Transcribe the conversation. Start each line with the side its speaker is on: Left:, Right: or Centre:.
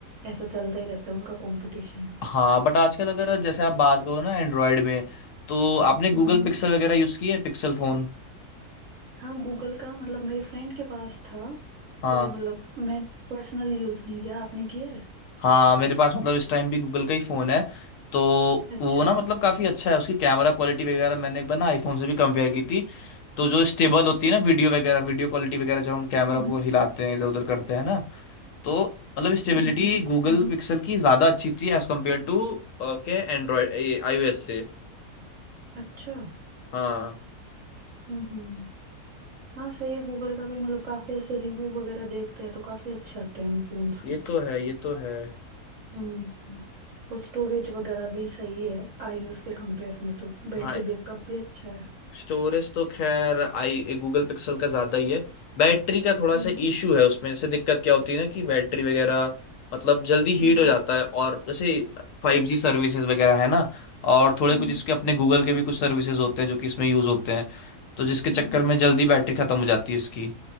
Right: ऐसा चलता ही रहता है उनका कंपटीशन
Left: हाँ बट आजकल अगर जैसे आप बात करो ना एंड्रॉयड में तो आपने गूगल
Right: हम्म हम्म।
Left: पिक्सल वगैरह यूज की है पिक्सल फोन
Right: हाँ गूगल का मतलब मेरे फ्रेंड के पास था
Left: हाँ
Right: तो मतलब मैं पर्सनली यूज नहीं किया आपने किया है
Left: हाँ मेरे पास मतलब इस टाइम भी गूगल का ही फ़ोन है तो
Right: अच्छा
Left: वो ना मतलब काफ़ी अच्छा है उसकी कैमरा क्वालिटी वगैरह मैंने एक बार ना आईफोन से भी कंपेयर की थी तो जो स्टेबल होती है ना वीडियो वगैरह वीडियो क्वालिटी वगैरह जब हम कैमरा
Right: हम्म
Left: को हिलाते हैं इधर उधर करते हैं ना तो मतलब स्टेबिलिटी
Right: हम्म हम्म हम्म,
Left: गूगल
Right: हम्म,
Left: पिक्सल की ज़्यादा अच्छी थी एज़ कम्पेयर टू क्या एंड्रॉयड आईओएस से
Right: अच्छा
Left: हाँ
Right: हम्म हम्म। हाँ सही है गूगल का भी मतलब काफी ऐसे रिव्यू वगैरह देखते हैं तो काफी अच्छे आते हैं उन फोन्स
Left: ये
Right: के
Left: तो है ये तो है
Right: हम्म और स्टोरेज वगैरह भी सही है आईओएस के कंपेयर में तो बैटरी
Left: हाँ
Right: बैकअप भी अच्छा है
Left: स्टोरेज तो खैर आई गूगल पिक्सल का ज्यादा ही है बैटरी का थोड़ा
Right: हम्म
Left: सा इशू है उसमें जैसे दिक्कत क्या होती है ना कि बैटरी वगैरह मतलब जल्दी
Right: हम्म
Left: हीट हो जाता है और जैसे फाइव जी सर्विसेज वगैरह है ना और थोड़े
Right: हम्म
Left: कुछ इसके अपने गूगल के भी कुछ सर्विसेज होते हैं जो कि इसमें यूज होते हैं तो जिसके
Right: हम्म
Left: चक्कर में जल्दी बैटरी खत्म हो जाती है इसकी